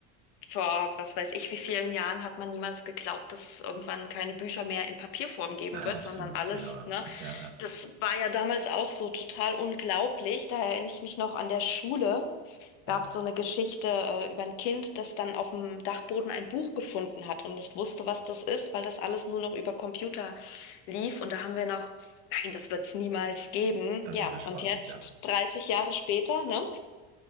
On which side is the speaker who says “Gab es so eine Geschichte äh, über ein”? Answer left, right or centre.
Left